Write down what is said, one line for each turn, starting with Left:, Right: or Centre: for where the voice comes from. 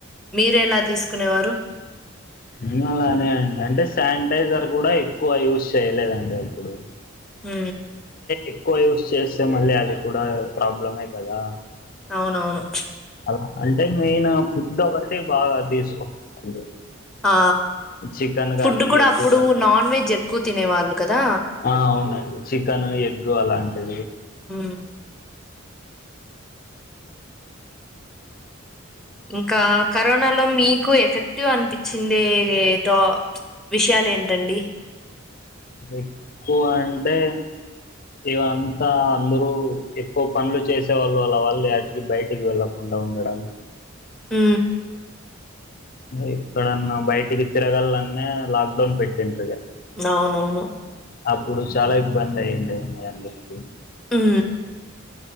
Centre: మీరూ ఎలా తీసుకు కునేవారు
Left: ఏమోనండి నేనైతే స్టాంటేజ్ సానిటైజర్ కూడా ఎక్కువ యూజ్ చేయలేదండి ఎప్పుడూ
Centre: హ
Left: ఎక్కువ యూస్ చేస్తే మళ్ళీ అది కూడా ప్రాబ్లమే కదా
Centre: అవునవును
Left: అలా అంటే మెయిన్ ఫుడ్ ఒకటి బాగా తీసుకున్నానండీ,
Centre: ఆ
Left: చికెన్ గానీ
Centre: ఫుడ్ కూడా
Left: ఎగ్
Centre: అప్పుడు
Left: కానీ
Centre: నాన్ వెజ్ ఎక్కువ తినేవాళ్ళు కదా
Left: ఆ అవునండి చికెన్ ఎగ్ అలా అంటే
Centre: హు ఇంకా కరోనా లో మీ ఎక్కువ ఎఫెక్టివ్ అనిపించింది తో విషయాలు ఏంటండి
Left: ఎక్కువ అంటే ఇవంతా అందరూ ఎక్కువ పనులు చేసే వాళ్ళు అలా వాళ్ళు వాటికి బయటికి వెళ్ళకుండా ఉండ మేడమ్
Centre: హూ
Left: ఏక్కడన్నా బయటికి తిరగలన్న లాక్ డౌన్ పెట్టింది
Centre: అవునవును
Left: అప్పుడు చాలా ఇబ్బంది అయ్యుండేది అండి అందరికీ
Centre: హు